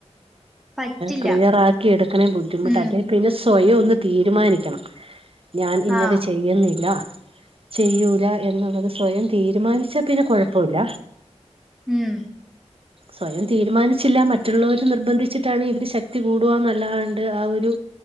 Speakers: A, in the centre; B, on the right (about 55°).
A: പറ്റില്ല
B: ക്ലിയറാക്കി എടുക്കണേ ബുദ്ധിമുട്ട്
A: ഉം
B: അല്ലെ? പിന്നെ സ്വയം ഒന്ന് തീരുമാനിക്കണം. ഞാൻ ഇന്നത്
A: ആഹ്
B: ചെയ്യുന്നില്ല. ചെയ്യൂല എന്നുള്ളത് സ്വയം തീരുമാനിച്ചാ പിന്നെ കുഴപ്പമില്ല.
A: ഉം
B: സ്വയം തീരുമാനിച്ചില്ല. മറ്റുള്ളവർ നിർബന്ധിച്ചിട്ടാണ് ഇവര് ശക് ത്തി കൂടുവ ന്നല്ലാണ്ട് ആ ഒരു